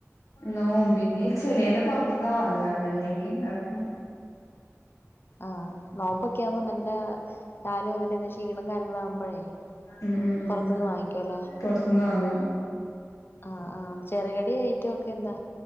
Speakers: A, on the left; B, on the left.
A: നോമ്പിന് ചെലേത് പൊറത്തുന്നാ വാങ്ങാ അല്ലെങ്കി ഉണ്ടാക്കും.
B: ആഹ്, നോമ്പൊക്കെ ആവുമ്പോ നല്ലാ രാവിലെ മുതൽ ഇങ്ങനെ ക്ഷീണം കാര്യങ്ങളും ആകുമ്പോഴേ
A: ഉം ഉം ഉം
B: പൊറത്തുന്ന് വാങ്ങിക്കും അല്ലേ.
A: പൊറത്ത്ന്ന് വാങ്ങും
B: ആഹ് ആഹ് ചെറുകടി ഐറ്റവും ഒക്കെ എന്താ